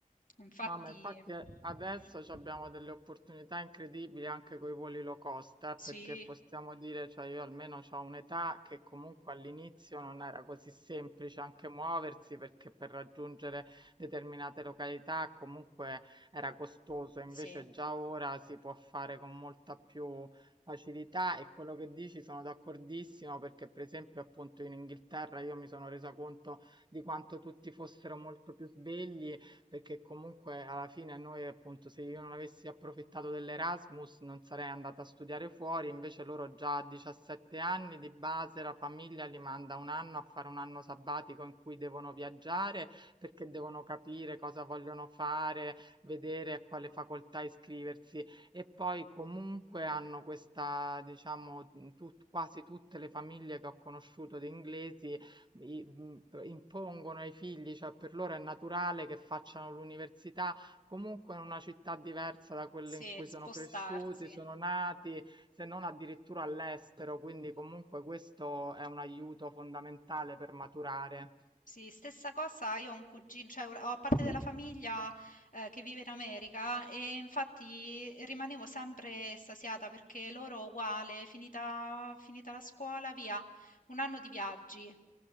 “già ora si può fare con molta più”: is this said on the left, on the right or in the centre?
Right